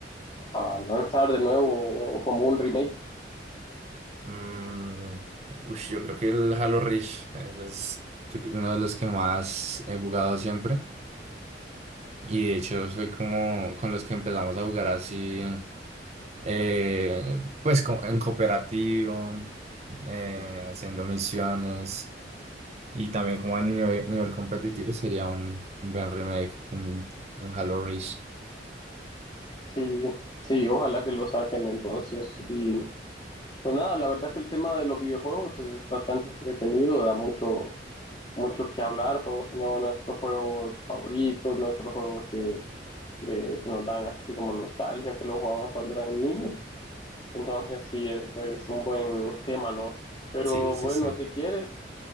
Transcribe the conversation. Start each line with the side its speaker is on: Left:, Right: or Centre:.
Left: a lanzar de nuevo como un remake?
Right: Mm, ush, yo creo que el Halo Reach, ese es yo creo, uno de los que más he jugado siempre. Y de hecho soy como con los que empezamos a jugar así, eh, pues co- en cooperativo, eh, haciendo misiones y también como a nivel, nivel competitivo sería un, un buen remake, un, un Halo Reach.
Left: Sí, sí, ojalá que lo saquen entonces. Y pues nada, la verdad que el tema de los videojuegos es bastante entretenido, da mucho mucho que hablar, todos teníamos nuestros juegos favoritos, nuestros juegos que, de- que nos dan así como nostalgia, que los jugábamos cuando éramos niños. Entonces sí, es, es un buen tema, ¿no? Pero
Right: Sí, sí,
Left: bueno,
Right: sí.
Left: si quieres,